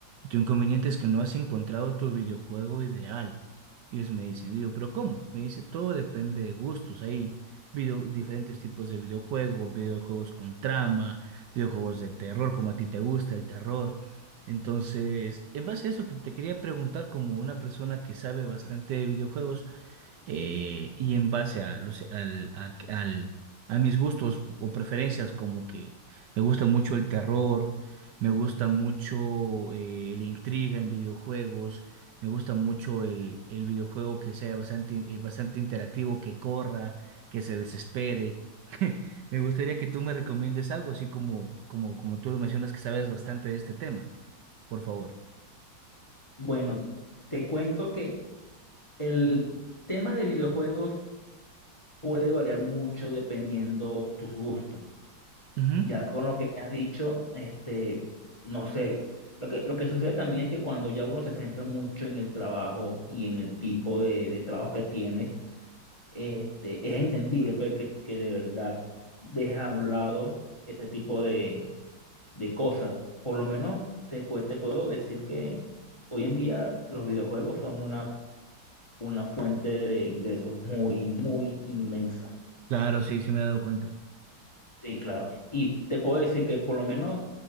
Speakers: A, on the right; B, on the left.
A: tu inconveniente es que no has encontrado tu videojuego ideal. Y ellos me dicen, digo, ¿pero cómo? Me dice, todo depende de gustos. Hay video- diferentes tipos de videojuegos, videojuegos con trama, videojuegos de terror, como a ti te gusta el terror. Entonces, en base a eso que te quería preguntar, como una persona que sabe bastante de videojuegos, eh, y en base a, los, al, a, al- a mis gustos o preferencias, como que me gusta mucho el terror, me gusta mucho eh, la intriga en videojuegos, me gusta mucho el, el videojuego que sea bastante, eh, bastante interactivo, que corra, que se desespere. <laughs> Me gustaría que tú me recomiendes algo, así como, como, como tú lo mencionas que sabes bastante de este tema, por favor.
B: Bueno, te cuento que el tema de videojuegos puede variar mucho dependiendo tus gustos.
A: Ujú.
B: Ya con lo que me has dicho, este, no sé, lo que, lo que sucede también es que cuando ya uno se centra mucho en el trabajo y en el tipo de, de trabajo que tienes, este, es entendible pues, que, que de verdad dejes a un lado ese tipo de, de cosas. Por lo menos te, cu- te puedo decir que hoy en día los videojuegos son una, una fuente de ingresos muy, muy inmensa.
A: Claro, sí, sí me he dado cuenta.
B: Sí, claro. Y te puedo decir que por lo menos